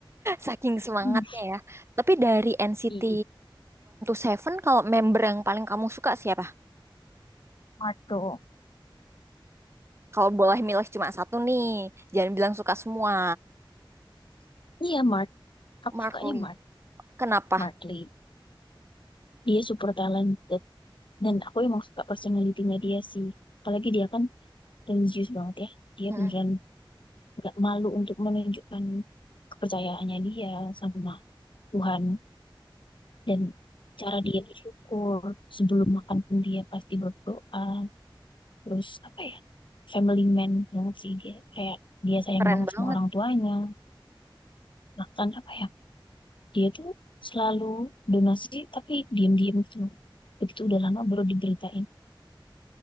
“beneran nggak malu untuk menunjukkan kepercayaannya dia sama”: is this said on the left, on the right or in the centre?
Left